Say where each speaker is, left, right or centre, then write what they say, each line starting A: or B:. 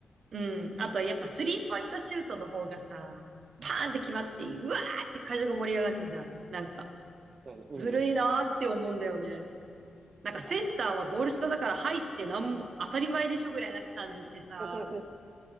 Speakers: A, on the right; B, on the right.
A: うん。あとはやっぱスリーポイントシュートの方がさ、パーンって決まって、うわーって会場が盛り上がるじゃん。なんか、
B: うんうん。
A: ずるいなーって思うんだよね。なんかセンターはゴール下だから入ってなんも当たり前でしょぐらいな感じでさ、
B: あ <laughs>、確